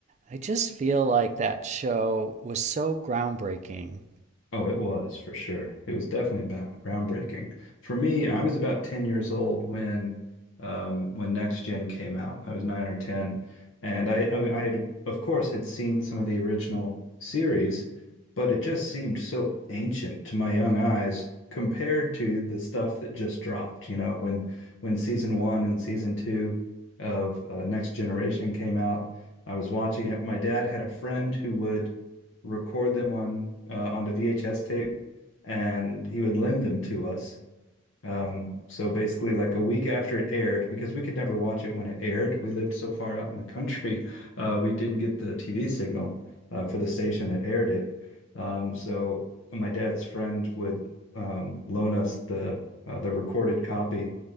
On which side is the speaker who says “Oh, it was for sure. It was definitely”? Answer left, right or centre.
Left